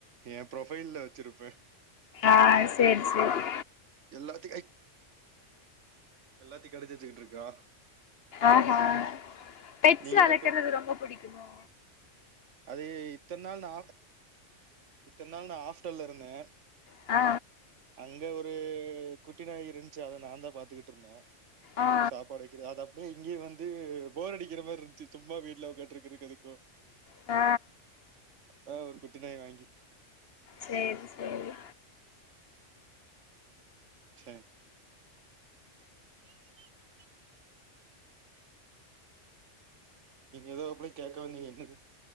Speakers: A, on the right (about 70°); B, on the left (about 55°).
A: எ ப்ரோஃபைல்ல வச்சுருப்பே
B: ஆ சரி சரி
A: எல்லாத்தயு ஐ எல்லாத்தையு கடிச்சு வச்சுக்கிட்ருக்கா
B: ஆஹா பெட்சு
A: நீங்க
B: வளக்குறது
A: எதுக்கு
B: ரொம்ப பிடிக்குமோ
A: அது இத்தன் நாள் நா இத்தன் நாள் நா ஆஃப்டல்ல இருந்தே
B: ஆ
A: அங்க ஒரு குட்டி நாய் இருந்ச்சு அத நான் தா பாத்துக்கிட்டு இருந்தே
B: ஆ
A: சாப்பாடு வைக் கிது அது அப்டியே இங்கேயு வந்து போர் அடிக்ற மாரி இருந்துச்சு சும்மா வீட்ல உட்காண்ட்டு இருக்றதுக்கு அதுக்கு
B: ஆ
A: அதா ஒரு குட்டிநாய் வாங்கி
B: சேரி சேரி
A: ச <inaudible> நீங்க எதோ அப்ளே கேக்க வந்தீங்க என்னது